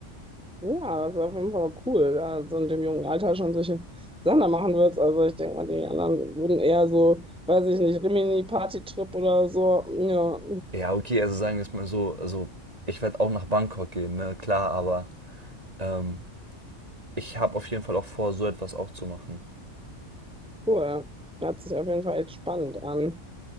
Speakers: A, in the centre; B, on the right (about 30°).
A: Ja, das ist auf jeden Fall cool, da so in dem jungen Alter schon solche Sachen da machen würdest. Also ich denke mal, die anderen würden eher so, weiß ich nicht, Rimini-Party-Trip oder so. Ja,
B: Ja, okay, also sagen wir es mal so, also ich werde auch nach Bangkok gehen, ne? klar, aber ähm, ich habe auf jeden Fall auch vor, so etwas auch zu machen.
A: cool. Hört sich auf jeden Fall echt spannend an.